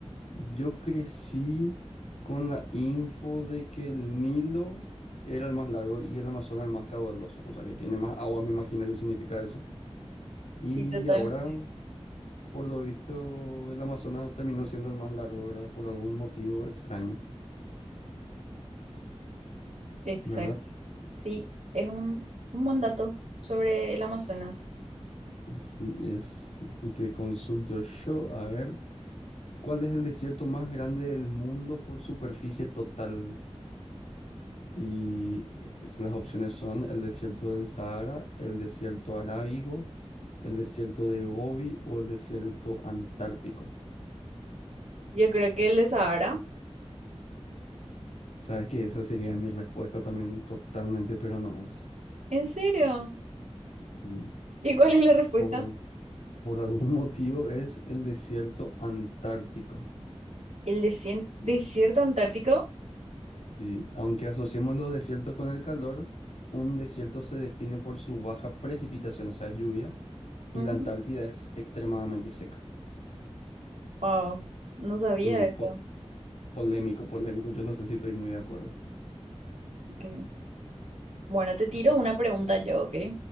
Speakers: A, on the left; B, on the right.
A: Yo crecí con la info de que el Nilo era el más largo y el Amazonas el más caudaloso, o sea que tiene más agua, me imagino que significa eso. Y
B: Sí, totalmente.
A: ahora, por lo visto, el Amazonas terminó siendo el más largo, ¿verdad? Por algún motivo extraño,
B: Exacto.
A: ¿verdad?
B: Sí, es un, un buen dato sobre el Amazonas.
A: Así es. Y te consulto yo, a ver, ¿cuál es el desierto más grande del mundo por superficie total? Y es- las opciones son el desierto del Sahara, el desierto arábigo, el desierto de Gobi o el desierto antártico.
B: Yo creo que el de Sahara.
A: Sabes que esa sería mi respuesta también totalmente, pero no es.
B: ¿En serio?
A: Sí,
B: ¿Y cuál es la respuesta?
A: por, por algún <laughs> motivo es el desierto antártico.
B: ¿El desien- desierto
A: Sí,
B: antártico?
A: Sí, aunque asociemos los desiertos con el calor, un desierto se define por su baja precipitación, o sea, lluvia, y
B: Ujú.
A: la Antártida es extremadamente seca.
B: Wow, no sabía
A: Mm,
B: eso.
A: po- Polémico, polémico. Yo no sé si estoy muy de acuerdo.
B: Ok. Bueno, te tiro una pregunta yo, ¿ok?